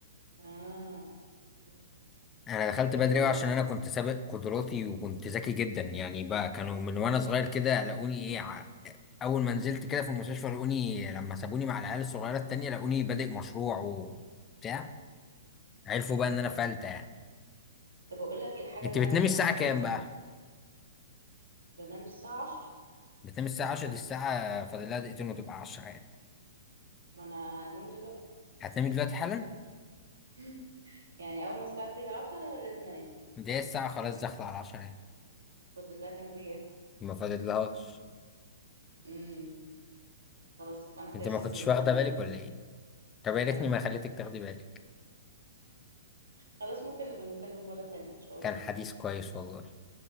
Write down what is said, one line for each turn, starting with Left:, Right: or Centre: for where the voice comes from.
Right: اه مم.
Left: انا دخلت بدري
Right: آه،
Left: أوي عشان انا كنت سابق قدراتي وكنت ذكي جدا يعني بقى كانوا من وانا صغير كده لقوني ايه ع- اول ما نزلت كده في المستشفى لقوني لما سابوني مع العيال الصغيره التانية لقوني بادئ مشروع وبتاع عرفوا
Right: اوكي
Left: بقى ان انا فلتة يعني
Right: طب اقول لك ايه الحاجه
Left: انت
Right: اللي
Left: بتنامي
Right: انا نفسي
Left: الساعه
Right: اعملها
Left: كام بقى
Right: بنام الساعه 10
Left: بتنامي الساعه 10 دي الساعه فاضل لها دقيقتين وتبقى 10 يعني
Right: ما انا هنام دلوقتي
Left: هتنامي دلوقتي حالا
Right: <laughs> يعني اول ما الساعه تيجي 10 لازم انام
Left: دي الساعه خلاص داخله على 10 يعني
Right: خد الله كان دي
Left: ما فاضلهاش
Right: امم خلاص يبقى انا كده
Left: انت
Right: شكلي
Left: ما كنتش
Right: لازم
Left: واخده
Right: انام
Left: بالك ولا ايه طب يا
Right: لا
Left: ريتني ما خليتك تاخدي بالك
Right: خلاص ممكن نبقى نتكلم مره تانية ان شاء
Left: كان
Right: الله
Left: حديث كويس والله